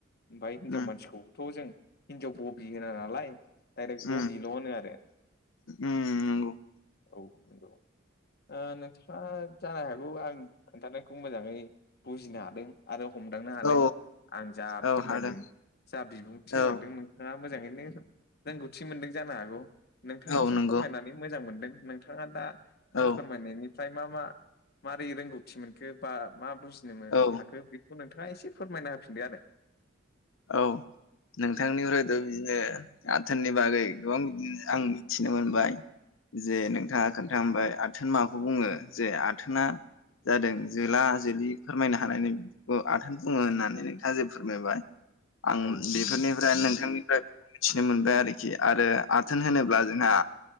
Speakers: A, on the left (about 50°); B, on the left (about 75°).
A: ओमफफ्राय हिनजाव
B: उम
A: मानसिखौथ' जों हिनजाव बबि होना नालाय डाइरेक्ट बबल'
B: उम
A: होनो आरो
B: उम नंगौ
A: औ नंगौ नोंथाङा जानो हागौ आं खोन्थानायखौ मोजाङै बुजिनो हादों आरो हमदांनो हादों
B: औ
A: आं जा
B: औ
A: फोरमायदों
B: हादों
A: जा बिबुंथि होलांदों
B: औ
A: नोंथाङा मोजाङैनो रोंगौथि मोनदों जानो हागौ नोंथांनिसिम
B: औ नंगौ
A: फोरमायनानै मोजां मोनदों नोंथाङा दा आं
B: औ
A: फोरमायनायनि फ्रफ्राय मा मा मारै रोंगौथि मोनखो बा मा बुजिनो
B: औ
A: हाखो बे नोंथाङा एसे फोरमायना होफिनदो आरो
B: औ नोंथांनिफ्रायथ' बिदिनो आथोननि बागै गोबां बिदिनो आं मिथिनो मोनबाय जे नोंथाङा खोन्था होबाय आथोन माबाखौ बुङो जे आथोना जादों जोला जोलि फोरमायनो हानायनि आथोन बुङो होननानै नोंथाङा जे फोरमायबाय आं
A: औ
B: बेफोरनिफ्राय नोंथांनिफ्राय मिथिनो मोनबाय आरोखि आरो आथोन होनोब्ला जोंहा